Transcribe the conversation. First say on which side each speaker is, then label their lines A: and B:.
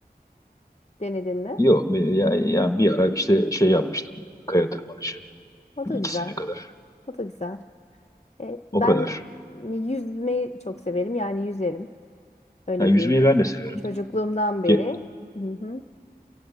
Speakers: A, on the left; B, on the left.
A: denedin mi?
B: Yok yani, yani bir ara işte şey yapmıştım. Kaya tırmanışı.
A: O
B: Bir
A: da
B: iki
A: güzel.
B: sene kadar.
A: O da güzel. E,
B: O
A: ben
B: kadar.
A: yüzmeyi çok severim. Yani yüzerim. Öyle
B: Yani yüzmeyi
A: diyeyim.
B: ben de severim.
A: Çocukluğumdan beri.
B: Ge-
A: Hı hı.